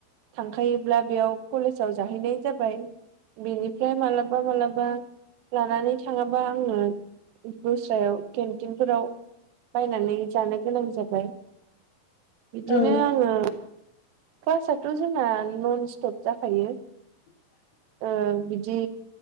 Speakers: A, on the right (about 80°); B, on the left (about 70°).
A: थांखायोब्ला बेयाव कलेजाव जाहैनाय जाबाय बिनिफ्राय माबलाबा माबलाबा लानानै थाङाबा आङो दस्रायाव केन्टिनफोराव बायनानै जानो गोनां जाबाय बिदिनो
B: औ
A: आङो
B: औ
A: क्लासाथ' जोंना नन स्टप जाखायो
B: <inaudible>
A: ओ बिदि